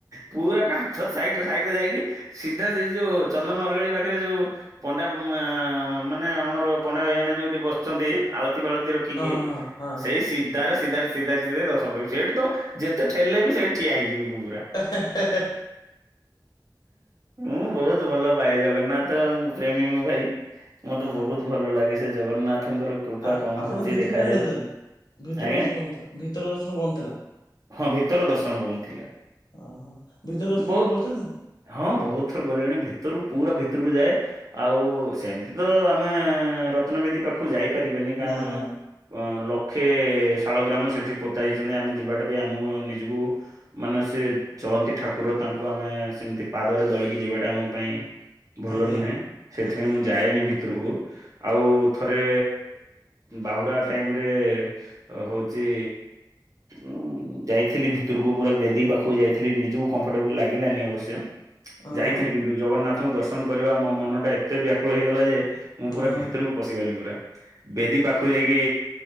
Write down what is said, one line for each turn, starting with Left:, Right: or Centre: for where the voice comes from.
Right: ପୁରା କା ତ ସାଇଟିରେ ସାଇଟିରେ ଯାଇକି ସିଧା ସେଇଟି ଯୋଉ ଚନ୍ଦନ ଅରଗାଳି ପାଖରେ ଯୋଉ ପଣ୍ଡା ମା ମାନେ ଆମର ପଣ୍ଡା ଭାଇ ମାନେ ଯୋଉଠି ବସିଛନ୍ତି ଆଳ ତି ଫାଳତି ରଖିକି
Left: ହଁ ହଁ ହଁ
Right: ସେଇ ସିଧାରେ ସିଧାରେ ସିଧାରେ ସିଧାରେ ଦର୍ଶନ କରିବି ସେଠି ତ ଯେତେ ଠେଲିଲେ ବି ସେଇଠି ଠିଆ ହେଇଯିବି ମୁଁ ପୁରା।
Left: ହେ ହେ।
Right: ମୁଁ ବହୁତ ଭଲ ପାଏ ଜଗନ୍ନାଥ ପ୍ରେମୀ ମୁଁ ଭାଇ। ମତେ
Left: ହଁ
Right: ବହୁତ ଭଲ ଲାଗେ ସେ ଜଗନ୍ନାଥଙ୍କର କୃପା
Left: ଆ
Right: କଣ
Left: ଆପଣ
Right: ହଉଛି
Left: ତ ଭିତରକୁ
Right: ଦେଖାଯାଉ
Left: <unintelligible> ଭିତର
Right: ଆଜ୍ଞା
Left: ଦର୍ଶନ ଭିତର ଦର୍ଶନ ବନ୍ଦ ଥିଲା।
Right: ହଁ ଭିତର ଦର୍ଶନ ବନ୍ଦ ଥିଲା।
Left: ଓହୋ ଭିତରଦର୍ଶନ
Right: ବହୁ
Left: କେବେ କରିଛନ୍ତି?
Right: ହଁ ବହୁତ ଥର ଗଲେଣି ଭିତରକୁ ପୁରା ଭିତରକୁ ଯାଏ ଆଉ ସେମତି ତ ଆମେ ରତ୍ନବେଦୀ ପାଖକୁ ଯାଇପାରିବ କାରଣ
Left: ନା ନା ନା
Right: ଅ ଲକ୍ଷେ ଶାଳ ଗ୍ରାମ ସେଠି ପୋତା ହେଇଛନ୍ତି ଆମେ ଯିବାଟା ବି ଆମକୁ ନିଜକୁ ମାନେ ସେ ଚଳନ୍ତି ଠାକୁର ତାଙ୍କୁ ଆମେ ସେମିତି ପାଦରେ ଦଳିକି ଯିବାଟା ଆମ ପାଇଁ ଭଲ
Left: ଆଜ୍ଞା
Right: ନୁହେଁ ସେଥିପାଇଁ
Left: ଆଜ୍ଞା
Right: ମୁଁ ଯାଏନି ଭିତ ଭିତରକୁ ଆଉ ଥରେ ବାହୁଡ଼ା ଟାଇମରେ ହଉଚି ଉଁ ଯାଇଥିଲି ଭିତରକୁ ପୁରା ବେଦୀ ପାଖକୁ ଯାଇଥିଲି ନିଜକୁ କମ୍ଫର୍ଟେବୁଲ ଲାଗିଲାନି ଅବଶ୍ୟ
Left: ଓହୋ
Right: ଯାଇଥିଲି କିନ୍ତୁ ଜଗନ୍ନାଥଙ୍କୁ ଦର୍ଶନ କରିବା ମୋ ମନ ଟା ଏତେ ବ୍ୟାକୁଳ ହେଇଗଲା ଯେ ମୁଁ ପୁରା
Left: ଓହୋ
Right: ଭିତରକୁ ବଶିଗଲି ପୁରା ବେଦୀ ପାଖକୁ ଯାଇକି